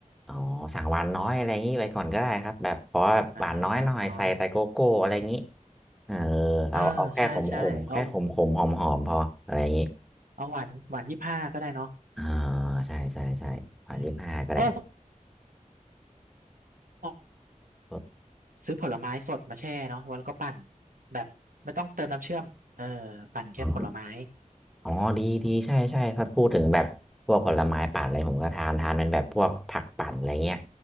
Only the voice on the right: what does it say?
นะหวานน้อย
อ่าใช่ใช่เอาเอาหวานหวานยี่สิบห้าก็ได้เนาะ
เออโอ้
ซื้อผลไม้สดมาแช่เนาะวแล้วก็ปั่นแบบไม่ต้องเติมน้ำเชื่อมเออปั่นแค่ผลไม้